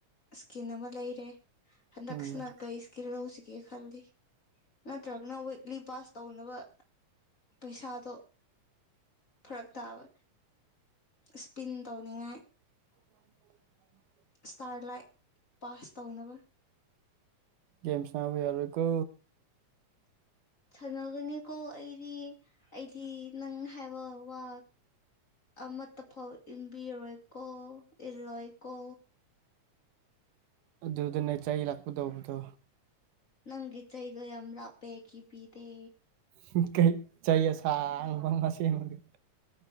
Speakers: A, on the left (about 30°); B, on the right (about 85°).
A: ꯁ꯭ꯀꯤꯟ ꯑꯃ ꯂꯩꯔꯦ꯫ ꯍꯟꯗꯛꯁꯤꯅ
B: ꯎꯝ
A: ꯀꯩ ꯁ꯭ꯀꯤꯜ ꯂꯧꯁꯤꯒꯦ ꯈꯜꯂꯤ꯫ ꯅꯠꯇ꯭ꯔꯒꯅ ꯋꯤꯛꯂꯤ ꯄꯥꯁ ꯇꯧꯅꯕ ꯄꯩꯁꯥꯗꯣ ꯐꯔꯛ ꯇꯥꯕ꯫ ꯁ꯭ꯄꯤꯟ ꯇꯧꯅꯤꯡꯉꯥꯏ
B: <unintelligible>
A: ꯁ꯭ꯇꯥꯔ ꯂꯥꯏꯠ ꯄꯥꯁ ꯇꯧꯅꯕ
B: ꯒꯦꯝ ꯁ꯭ꯅꯥꯕ ꯌꯥꯔꯣꯏꯀꯣ꯫
A: ꯁꯥꯟꯅꯒꯅꯤꯀꯣ ꯑꯩꯗꯤ ꯑꯩꯗꯤ ꯅꯪ ꯍꯥꯏꯕ ꯋꯥ ꯑꯃꯠꯇ ꯐꯥꯎ ꯏꯟꯕꯤꯔꯣꯏꯀꯣ ꯏꯜꯂꯣꯏꯀꯣ꯫
B: ꯑꯗꯨꯗꯅꯦ ꯆꯩ ꯂꯥꯛꯀꯗꯧꯕꯗꯨ
A: ꯅꯪꯒꯤ ꯆꯩꯩꯗꯣ ꯌꯥꯝ ꯂꯥꯞꯄꯦ ꯀꯤꯕꯤꯗꯦ꯫
B: ꯍꯝ ꯀꯩ ꯆꯩ ꯑꯁꯥꯡꯕꯃ ꯁꯦꯝꯒꯦ꯫